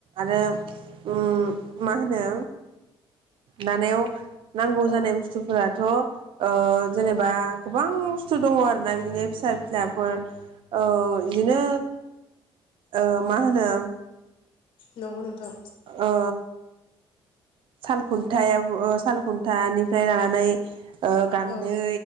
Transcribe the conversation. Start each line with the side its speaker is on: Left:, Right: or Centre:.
Right: आरो उम मा होनो दानायाव नांगौ जानाय
Left: औ
Right: बुस्थुफोरा थ ओ जेनेबा
Left: औ
Right: गोबां खस्थ दङ आरोना बिदिनो फिसा फिलाफोर ओ बिदिनो ओ मा होनो
Left: नंगौ नोंथां
Right: ओ साल खुन्थायाव ओ साल खुन्थानिफ्राय लानानै ओ गान्दै
Left: औ